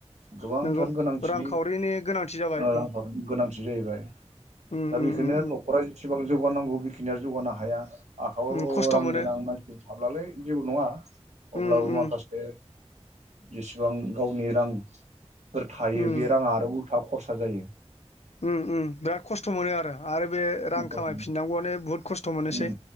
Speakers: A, on the right (about 85°); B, on the left (about 70°).
A: गोबांथार
B: नंगौ
A: गोनांथिनि
B: रांखावरिनि गोनांथि जाबाय
A: ओ
B: उम
A: रां खावरिनि गोनां जाहैबाय
B: उम
A: दा
B: उम
A: बेखौनो
B: उम
A: न'खरा जेसेबां जौगानांगौ बेखिनिया जौगानो हाया आखयाव
B: उम खस्थ'
A: रां
B: मोनो
A: गोनां मानसि थाब्लालाय जेबो नंङा
B: उम
A: अब्लाबो
B: उम
A: माखासे जेसेबां गावनि रांफोर थायो
B: उम
A: बे रांङा आरो उल्था खरसा जायो
B: ओम ओम बिराद खस्थ' मोनो आरो आरो बे रां
A: खस्थ'
B: खामायफिननांगौआनो
A: मोनो
B: बुहुत खस थ' मोननोसै
A: उम